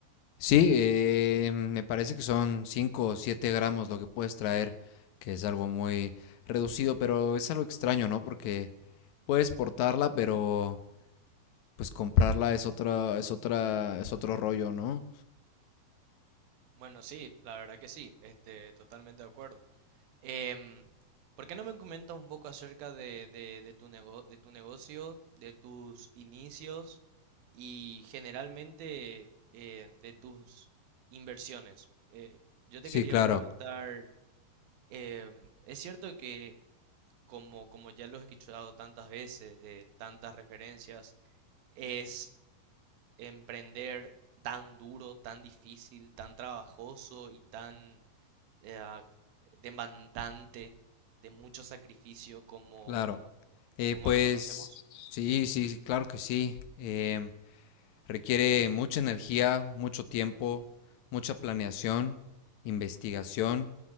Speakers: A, on the left (about 75°); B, on the right (about 75°).
A: Sí, eh, me parece que son 5 o 7 gramos lo que puedes traer, que es algo muy reducido, pero es algo extraño, ¿no? Porque puedes portarla, pero pues comprarla es otra, es otra, es otro rollo, ¿no?
B: Bueno, sí, la verdad que sí, este, totalmente de acuerdo. Em, ¿por qué no me comentas un poco acerca de, de- de tu nego- de tu negocio, de tus inicios y generalmente em, de tus inversiones? Eh, yo te
A: Sí,
B: quería
A: claro,
B: preguntar, em, es cierto que como, como ya lo he escuchado tantas veces, de tantas referencias, es emprender tan duro, tan difícil, tan trabajoso y tan eh, demandante, de mucho sacrificio, como,
A: claro. Eh,
B: como
A: pues
B: lo conocemos.
A: sí, sí, claro que sí. Em, Requiere mucha energía, mucho tiempo, mucha planeación, investigación.